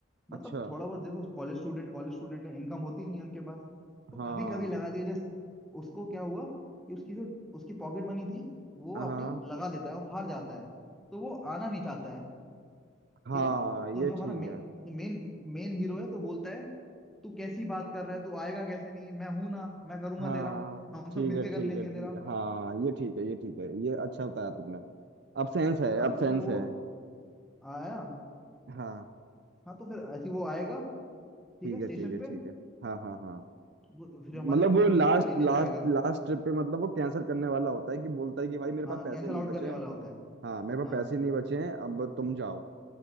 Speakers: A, in the centre; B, on the right (about 55°).
A: मतलब
B: अच्छा
A: थोड़ा बहुत देखो कॉलेज स्टूडेंट कॉलेज स्टूडेंट है इनकम होती नहीं है उनके पास तो
B: हाँ
A: कभी कभी लगा दिया जैसे उसको क्या हुआ कि उसकी जो उसकी पॉकेट मनी थी वो
B: हाँ
A: अपनी लगा देता है वो हार जाता है तो वो आना नहीं चाहता है
B: हाँ
A: ठीक है
B: ये
A: तो जो हमारा
B: ठीक
A: मे,
B: है
A: जो मेन मेन हीरो है तो बोलता है तू कैसी बात कर रहा है तू आएगा कैसे नहीं मैं हूं ना मैं करूंगा
B: हाँ
A: तेरा हम
B: ठीक
A: सब मिलके
B: है ठीक
A: कर लेंगे
B: है ठीक
A: तेरा
B: है हाँ ये ठीक है ये ठीक है ये अच्छा बताया
A: हाँ
B: तुमने अब सेंस है
A: हाँ,
B: अब
A: तो
B: सेंस
A: फिर वो
B: है
A: आया
B: हाँ
A: हाँ तो फिर ऐसे ही वो आएगा ठीक
B: ठीक
A: है स्टेशन
B: है ठीक है
A: पे
B: ठीक है हाँ हाँ हाँ
A: वो- फिर हमारा
B: मतलब
A: जो मेन
B: वो लास्ट
A: हीरो उसे लेने
B: लास्ट
A: जाएगा
B: लास्ट ट्रिप पे मतलब वो कैंसिल करने वाला होता है कि बोलता है कि भाई मेरे
A: हाँ
B: पास पैसे
A: कैंसिल
B: नहीं
A: आउट
B: बचे
A: करने वाला
B: हैं
A: होता है
B: हाँ मेरे
A: हाँ
B: पास पैसे नहीं बचे हैं अब तुम जाओ